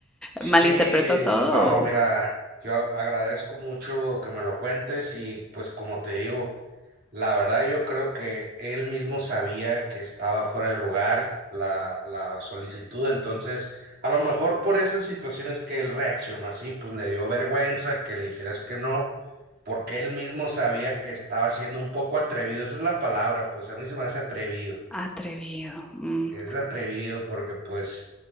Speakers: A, on the right; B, in the centre.
A: Sí,
B: malinterpretó todo
A: no,
B: o
A: mira, yo agradezco mucho que me lo cuentes y pues como te digo, la verdad yo creo que él mismo sabía que estaba fuera de lugar la, la solicitud, entonces a lo mejor por esas situaciones que él reaccionó así, pues le dio vergüenza que le dijeras que no, porque él mismo sabía que estaba siendo un poco atrevido, esa es la palabra, pues a mí se me hace atrevido
B: atrevido. Mm,
A: Es atrevido porque pues